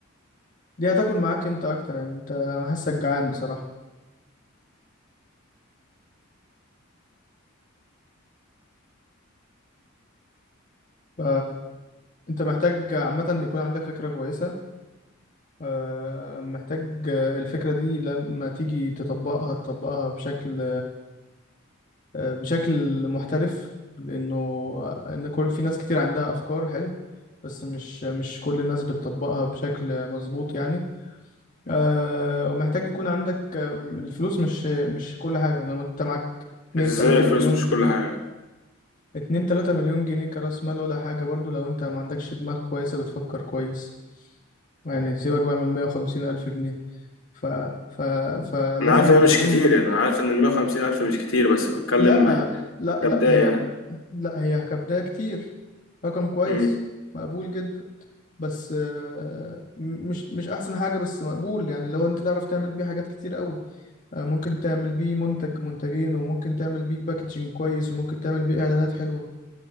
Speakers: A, on the left; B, on the left.
A: دي هتاكل معاك أنت أكتر يعني أنت أنا حاسك جعان بصراحة ف... أنت محتاج عامة إن يكون عندك فكرة كويسة آه، محتاج آه، الفكرة دي لما تيجي تطبقها تطبقها بشكل آه، بشكل محترف لانه آه، ان كل في ناس كتير عندها افكار حلو بس مش مش كل الناس بتطبقها بشكل مظبوط يعني آه، ومحتاج يكون عندك آه، الفلوس مش مش كل حاجة يعني لو انت معاك 2
B: ازاي
A: 3
B: الفلوس
A: مليون
B: مش
A: جنيه
B: كل حاجة
A: 2 3 مليون جنيه كرأس مال ولا حاجة برضو لو انت ما عندكش دماغ كويسة بتفكر كويس يعني سيبك بقى من 150 ألف جنيه ف... ف... فلازم
B: انا عارف انها
A: تكون
B: مش كتير يعني انا عارف ان المية وخمسين الف مش كتير بس بتكلم
A: لا لا
B: كبداية
A: لا هي
B: يعني
A: لا هي كبداية كتير رقم كويس
B: امم
A: مقبول جدا بس آه، م- مش مش احسن حاجة بس مقبول يعني لو انت تعرف تعمل بيه حاجات كتير قوي آه، ممكن تعمل بيه منتج منتجين وممكن تعمل بيه باكجينج كويس وممكن تعمل بيه اعلانات حلوة